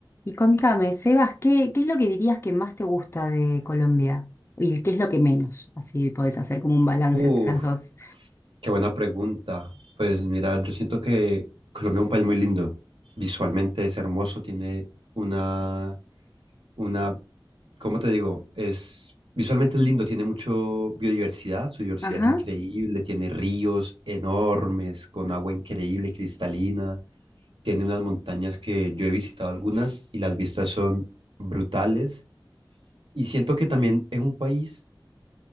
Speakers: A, on the left (about 30°); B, on the right (about 75°).
A: Y contame, Sebas, ¿qué, qué es lo que dirías que más te gusta de Colombia? ¿Y qué es lo que menos? Así podés hacer como un balance
B: Uf,
A: entre las dos.
B: qué buena pregunta. Pues mira, yo siento que Colombia es un país muy lindo. Visualmente es hermoso, tiene una, una, ¿cómo te digo? Es, visualmente es lindo, tiene mucho biodiversidad, su diversidad
A: Ajá,
B: es increíble, tiene ríos enormes con agua increíble, cristalina, tiene unas montañas que yo he visitado algunas y las vistas son brutales. Y siento que también es un país